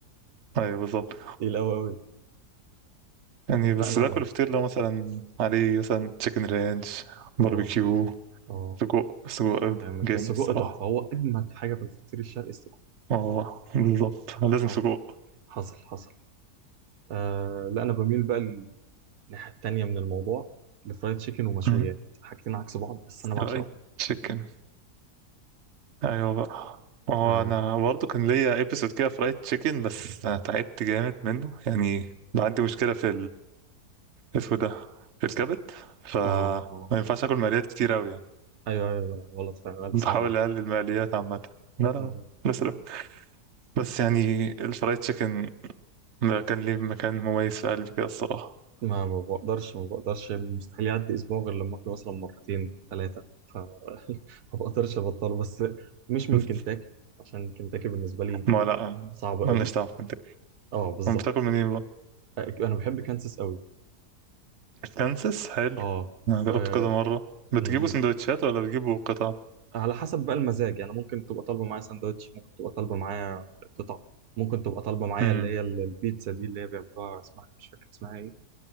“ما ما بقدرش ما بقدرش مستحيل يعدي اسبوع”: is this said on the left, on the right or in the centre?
Right